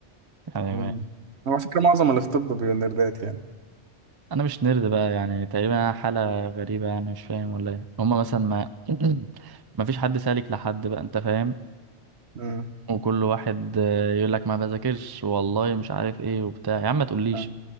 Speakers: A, on the right (about 30°); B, on the right (about 70°).
A: يعني
B: مم. هو على فكرة معظم اللي في طب بيبقوا نيردات يعني
A: انا مش نرد بقى يعني تقريبا أنا حاله غريبه يعني مش فاهم ولا ايه هما مثلا ما <clears throat> ما فيش حد سالك لحد بقى انت فاهم
B: امم
A: وكل واحد يقول لك ما بذاكرش والله مش عارف ايه وبتاع يا عم ما تقوليش
B: آه.